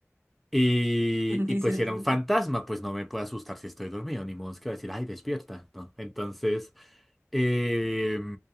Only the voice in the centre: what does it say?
Y,
y pues
si era un fantasma, pues no me puede asustar si estoy dormido, ni modo es que va a decir, ay, despierta, ¿no? Entonces Eh,